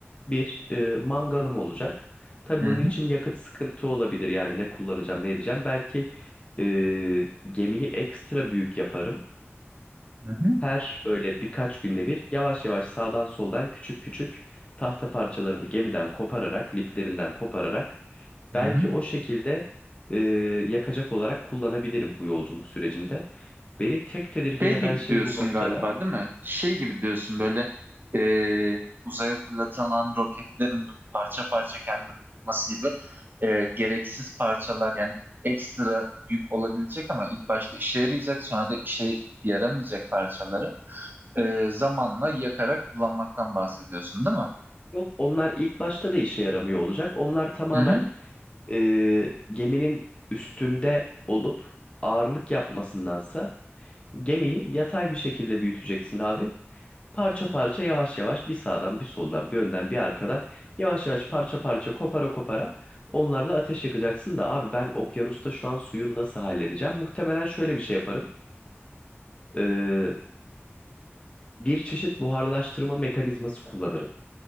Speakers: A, on the left (about 25°); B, on the right (about 45°).
A: Bir, e, mangalım olacak. Tabii
B: Hı
A: bunun
B: hı,
A: için yakıt sıkıntı olabilir. Yani ne kullanacağım, ne edeceğim. Belki e, gemiyi ekstra büyük yaparım.
B: hı hı,
A: Her böyle birkaç günde bir yavaş yavaş sağdan soldan küçük küçük tahta parçalarını gemiden kopararak, liflerinden kopararak belki
B: hı hı.
A: o şekilde e, yakacak olarak kullanabilirim bu yolculuk sürecinde. Beni tek tedirgin
B: Şey
A: eden
B: gibi
A: şey
B: diyorsun
A: bu noktada.
B: galiba değil mi? Şey gibi diyorsun böyle e, uzaya fırlatılan roketlerin parça parça kendini bulması gibi e, gereksiz parçalar yani ekstra yük olabilecek ama ilk başta işe yarayacak sonra da işe yaramayacak parçaları e, zamanla yakarak kullanmaktan bahsediyorsun değil mi?
A: Yok onlar ilk başta da işe yaramıyor olacak. Onlar tamamen
B: Hı hı.
A: e, geminin üstünde olup ağırlık yapmasındansa gemiyi yatay bir şekilde büyüteceksin abi. Parça parça yavaş yavaş bir sağdan bir soldan bir önden bir arkadan yavaş yavaş parça parça kopara kopara onlarla ateş yakacaksın da abi ben okyanusta şu an suyu nasıl halledeceğim? Muhtemelen şöyle bir şey yaparım. Ee, bir çeşit buharlaştırma mekanizması kullanırım.